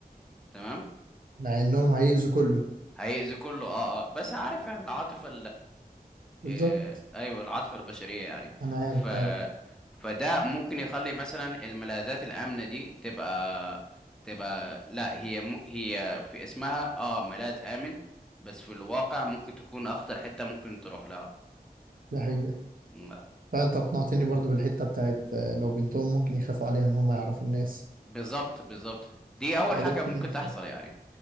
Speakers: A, in the centre; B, on the right (about 60°).
A: تمام
B: مع إنهم هيأذوا كله
A: هيأذي كله اه اه بس عارف يعني العاطفة
B: بالظبط
A: إيه، ايوه العاطفه البشريه يعني
B: أنا عارف
A: ف
B: عارف
A: فده ممكن يخلي مثلا الملاذات الامنه دي تبقى تبقى لا هي م... هي في اسمها اه ملاذ امن بس في الواقع ممكن تكون اخطر حته ممكن تروح لها
B: دي حقيقة
A: لا.
B: فأنت
A: اه
B: أقنعتني برضو بالحتة بتاعت آه، لو بنتهم ممكن يخافوا عليها إن هم يعرفوا الناس
A: بالظبط بالظبط دي اول
B: آه
A: حاجه
B: ده ممكن
A: ممكن
B: يحصل
A: تحصل يعني